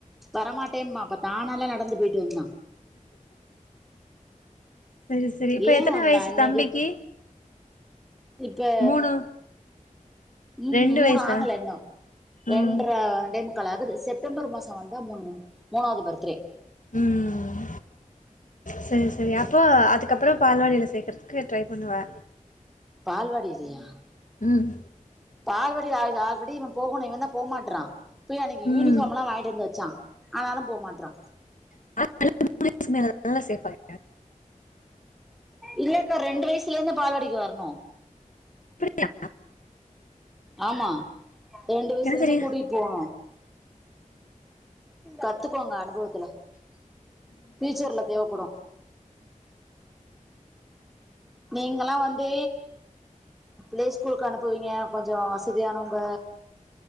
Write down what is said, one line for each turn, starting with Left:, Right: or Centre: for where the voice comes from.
Centre: வரமாட்டேம்பா இப்ப தானாலே நடந்து போஅட்டு வந்தா
Left: செரி செரி இப்ப
Centre: ஏ
Left: எத்தன
Centre: வந்தா
Left: வயசு
Centre: இன்னைக்கு
Left: தம்பிக்கு
Centre: இப்ப
Left: மூணு
Centre: ம்
Left: ரெண்டு
Centre: ம் மூணு
Left: வயசா
Centre: ஆகல இன்னு ரெண்ட்டற
Left: ம்
Centre: ரெண்டே மு க்காலாகுது செப்டம்பர் மாசோ வந்தா மூணு மூணாவது பர்த்ரே
Left: ம் சரி சரி அப்போ அதுக்கப்பறோ பால்வாடில சேக்கறதுக்கு ட்ரை பண்ணுவ
Centre: பால்வாடிலயா
Left: ம்
Centre: பால்வடி ஆ ஆல்ரெடி இவே போகணு இவந்தா போ மாட்றா போய் அன்னக்கி
Left: ம்
Centre: யூனிஃபார்ம்லா வாங்கிட்டுவந்து வெச்ச ஆனாலு போ மாட்றா
Left: <inaudible> மூணு வயசு மேல தான சேப்பாங்க
Centre: இல்லக்கா ரெண்டு வயசுல இருந்து பால்வாடிக்கு வரணு
Left: அப்டியா
Centre: ஆமா ரெண்டு வயசுல இருந்து
Left: சரி
Centre: கூட்டிட்டு போனு கத்துக்கோங்க அனுபவத்துல பியூச்சர்ல தேவப்படு நீங்கல்லா வந்து பிளே ஸ்கூலுக்கு அனுப்புவீங்க கொஞ்சோ வசதியானவங்க